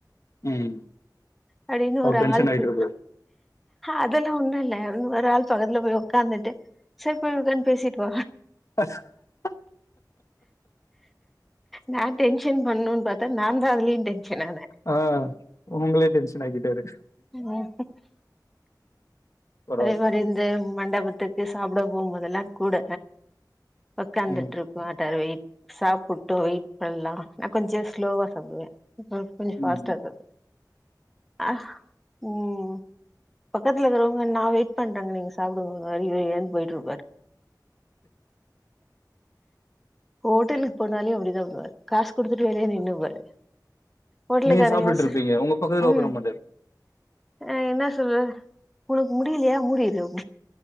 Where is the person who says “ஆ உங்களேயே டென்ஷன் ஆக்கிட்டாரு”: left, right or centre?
Left